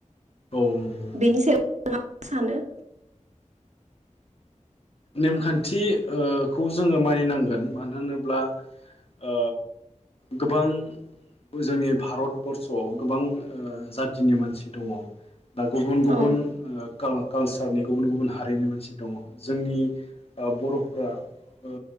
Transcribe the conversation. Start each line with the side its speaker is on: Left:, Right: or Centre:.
Left: औ नंगौ
Right: बेनि सायाव आं सानो
Left: नेमखान्थि ओ खौ जोङो मानिनांगोन मानो होनोब्ला ओ गोबां जोंनि भारतबर्सआव गोबां ओ जाथिनि मानसि दङ दा गुबुन गुबुन
Right: औ
Left: ओ काल कालसारनि गुबुन गुबुन हारिनि मानसि दङ जोंनि ओ बर'फ्रा ओ